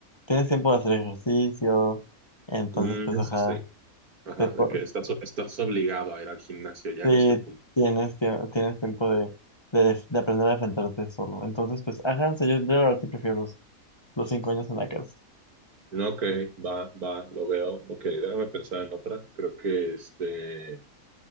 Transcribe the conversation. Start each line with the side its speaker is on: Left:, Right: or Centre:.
Left: Tienes tiempo de hacer ejercicio, entonces
Right: Mm,
Left: pues ajá,
Right: eso sí. Ajá,
Left: te, po-
Right: de que estás, estás obligado a ir al gimnasio ya
Left: Sí,
Right: en este punto.
Left: tienes, que, tienes tiempo de, de, def- de aprender a defenderte solo. Entonces, pues, ajá, sí, yo, yo la verdad sí prefiero los, los cinco años en la cárcel.
Right: No, Ok, va, va, lo veo. Ok, déjame pensar en otra. Creo que este.